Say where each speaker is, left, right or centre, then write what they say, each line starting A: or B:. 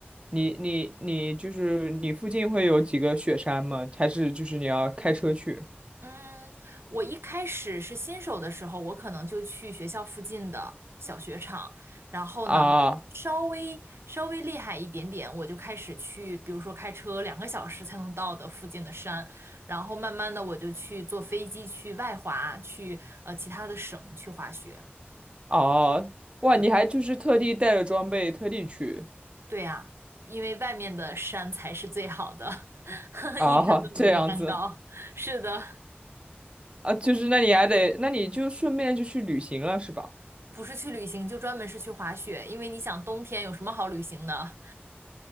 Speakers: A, on the right; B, on the right.
A: 你你你就是你附近会有几个雪山吗？还是就是你要开车去？
B: 嗯，我一开始是新手的时候，我可能就去学校附近的小雪场，然后呢，
A: 啊
B: 稍微稍微厉害一点点，我就开始去，比如说开车两个小时才能到的附近的山，然后慢慢的我就去坐飞机去外滑，去呃其他的省去滑雪。
A: 哦，哇，
B: 对
A: 你还就是特地带着装备特地去
B: 对呀，因为外面的山才是最好的，<laughs>
A: 啊，
B: 一山更比一山高。
A: 这样子
B: 是的，
A: 啊，就是那你还得，那你就顺便就去旅行了是吧？
B: 不是去旅行，就专门是去滑雪，因为你想冬天有什么好旅行的？